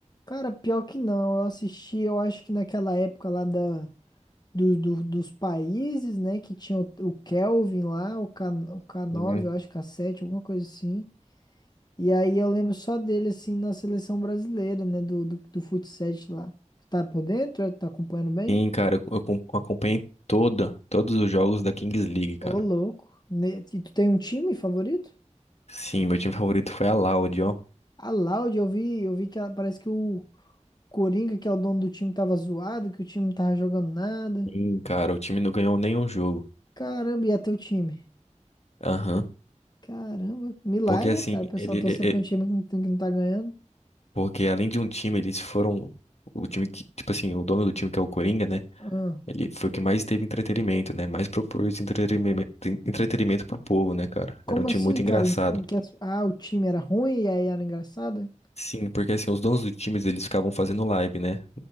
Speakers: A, on the left (about 35°); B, on the left (about 60°).
A: Cara, pior que não. Eu assisti, eu acho que naquela época lá da do, do- dos países, né? Que tinha o, o Kelvin lá, o, K, o k nove
B: Uhum.
A: eu acho, k sete alguma coisa assim. E aí eu lembro só dele, assim, na seleção brasileira, né? Do, do, do futsal lá. Tá por dentro? É? Tá acompanhando bem?
B: Sim, cara, eu, eu acom- acompanhei toda, todos os jogos da Kings League, cara.
A: Ô, louco. Ne- E tu tem um time favorito?
B: Sim, meu time favorito foi a Loud, ó.
A: A Laude, eu vi, eu vi que ela- parece que o Coringa, que é o dono do time, tava zoado, que o time não tava jogando nada.
B: Sim, cara, o time não ganhou nenhum jogo.
A: Caramba, e é teu time?
B: Aham.
A: Caramba, milagre,
B: Porque assim,
A: cara. O pessoal
B: ele,
A: torcer
B: e-
A: pra
B: e-
A: um time que não que não tá ganhando.
B: porque além de um time, eles foram o time que, tipo assim, o dono do time que é o Coringa, né?
A: Ah.
B: Ele foi o que mais teve entretenimento, né? Mais propôs entretenimento, entretenimento pro povo, né, cara?
A: Como
B: Era um time
A: assim,
B: muito
A: cara?
B: engraçado.
A: Em, em que as- ah, o time era ruim e aí era engraçado?
B: Sim, porque assim, os donos dos times, eles ficavam fazendo live, né?